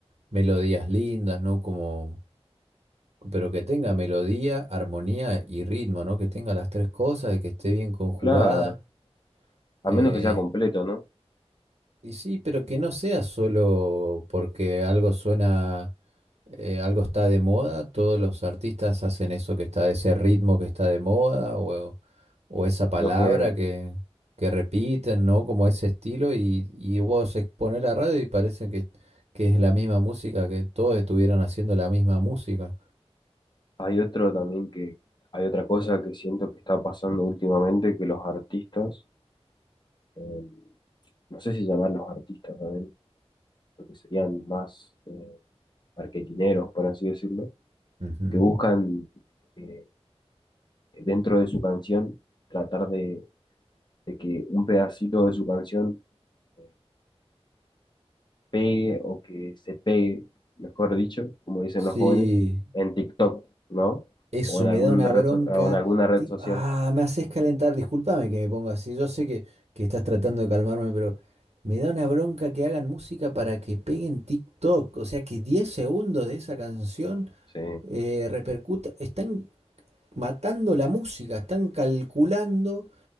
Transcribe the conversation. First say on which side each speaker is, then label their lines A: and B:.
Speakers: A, on the right; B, on the left.
A: melodías lindas, ¿no? Como, pero que tenga melodía, armonía y ritmo, ¿no? Que tenga las tres cosas y que esté bien conjugada.
B: claro,
A: Eh,
B: a menos que sea completo, ¿no?
A: y sí, pero que no sea solo porque algo suena, eh, algo está de moda, todos los artistas hacen eso que está, ese ritmo que está de moda o, o esa palabra
B: Lo que
A: que, que repiten, ¿no? Como ese estilo y, y vos exponés la radio y parece que, que es la misma música, que todos estuvieran haciendo la misma música.
B: Hay otro también que, hay otra cosa que siento que está pasando últimamente, que los artistas, eh, no sé si llamarlos artistas también, porque serían más eh, marketineros, por así decirlo,
A: Ujú.
B: que buscan eh, dentro de su canción tratar de, de que un pedacito de su canción eh, pegue o que se pegue, mejor dicho, como dicen
A: Sí,
B: los jóvenes, en TikTok, ¿no?
A: Eso
B: O en
A: me
B: algún
A: da una
B: red
A: bronca.
B: so- o en alguna red
A: Ti-
B: social.
A: Ah, me haces calentar. Discúlpame que me ponga así. Yo sé que, que estás tratando de calmarme, pero me da una bronca que hagan música para que peguen TikTok. O sea, que 10 segundos de esa canción
B: Sí,
A: eh, repercuta. Están matando la música, están calculando.